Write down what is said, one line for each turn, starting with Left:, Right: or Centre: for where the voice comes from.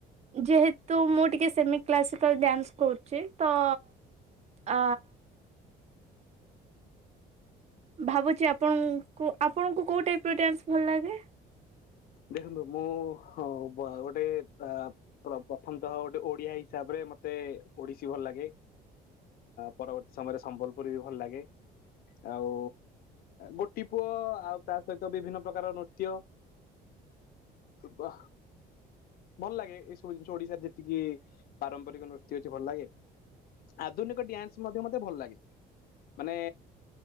Right: ଯେହେତୁ ମୁଁ ଟିକେ ସେମି କ୍ଲାସିକାଲ ଡ୍ୟାନ୍ସ କରୁଛି ତ। ଅ। ଭାବୁଛି ଆପଣଙ୍କୁ ଆପଣଙ୍କୁ କୋଉ ଟାଇପ ର ଡ୍ୟାନ୍ସ ଭଲ ଲାଗେ?
Left: ଦେଖନ୍ତୁ ମୁଁ ହଁ ବ ଗୋଟେ ଆ। ପ୍ର-ପ୍ରଥମତଃ ଗୋଟେ ଓଡିଆ ହିସାବରେ ମତେ ଓଡିଶୀ ଭଲ ଲାଗେ। ପରବର୍ତ୍ତୀ ସମୟରେ ସମ୍ବଲପୁରୀ ବି ଭଲ ଲାଗେ। ଆଉ ଗୋଟି ପୁଅ ଆଉ ତା ସହିତ ବିଭିନ୍ନ ପ୍ରକାର ନୃତ୍ୟ। ବା ଭଲ ଲାଗେ ଏଇସବୁ ଜିନିଷ ଓଡିଶାରେ ଯେତିକି ପାରମ୍ପରିକ ନୃତ୍ୟ ଅଛି ଭଲ ଲାଗେ। ଆଧୁନିକ ଡ୍ୟାନ୍ସ ମଧ୍ୟ ମତେ ଭଲ ଲାଗେ ମାନେ